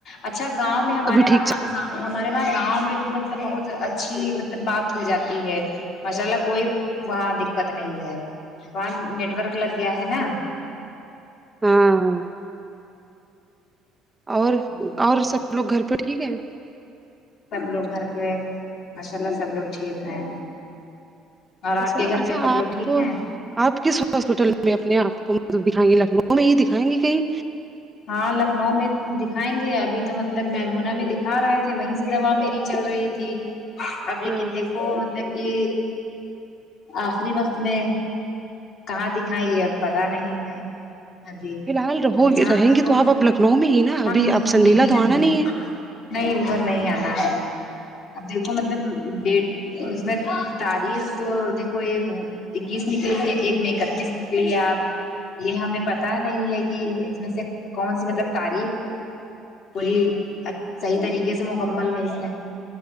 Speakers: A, on the left; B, on the right.
A: اچھا گاؤں میں ہمارے
B: کبھی
A: وہاں
B: ٹھیک
A: گا ہمارے وہاں گاؤں میں بھی مطلب بہت اچھی مطلب بات ہو جاتی ہے ماشاء اللہ کوئی وہاں دقت نہیں ہے وہاں نیٹورک لگ گیا ہے نا
B: ہاں اور
A: ہوں
B: اور سب لوگ گھر پہ ٹھیک ہے
A: سب لوگ گھر پہ ماشاء اللہ سب لوگ ٹھیک ہیں اور
B: اچھا
A: آپ کے گھر
B: اچھا
A: پہ سب لوگ
B: آپ
A: ٹھیک ہیں
B: آپ کس ہاسپٹل میں اپنے آپ کو م <unintelligible> دکھائیں گے لکھنؤ میں ہی دکھائیں گی کہیں
A: ہاں لکھنؤ میں دکھائیں گے ابھی تو مطلب میمونا میں دکھا رہے تھے وہیں سے دوا میری چل رہی تھی اب لیکن
B: ہاں
A: دیکھو مطلب کہ آخری وقت میں کہاں دکھایے اب پتا نہیں ہے ابھی
B: فی الحال رہو
A: ابھی جہاں
B: رہیں
A: دیکھو
B: گی تو آپ اب لکھنؤ میں ہی نا ابھی
A: ہاں ہم یہی
B: آپ سنڈیلا
A: یہی
B: تو
A: رہنگے
B: آنا نہیں ہے
A: نہیں ادھر نہیں آنا ہے اب دیکھو مطلب ڈیٹ اس میں تاریخ تو دیکھو یہ اکیس نکل گئی ایک میک اپ کس نکلی ہے آپ یہ ہمیں پتا نہیں ہے کہ اس میں سے کون سی مطلب تاریخ وہی صحیح طریقے سے مکمل ہے اس میں